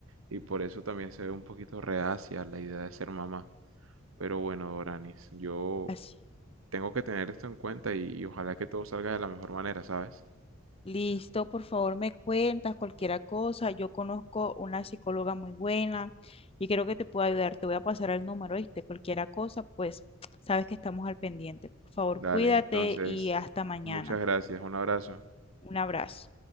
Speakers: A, on the right (about 85°); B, on the left (about 30°).
A: y por eso también se ve un poquito reacia a la idea de ser mamá. Pero bueno, Doranis, yo
B: así.
A: tengo que tener esto en cuenta y y ojalá que todo salga de la mejor manera, ¿sabes?
B: Listo, por favor, me cuentas cualquier cosa. Yo conozco una psicóloga muy buena y creo que te puedo ayudar. Te voy a pasar el número, ¿viste? Cualquier cosa, pues sabes que estamos al pendiente. Por favor,
A: Dale,
B: cuídate
A: entonces,
B: y hasta mañana.
A: muchas gracias, un abrazo.
B: Un abrazo.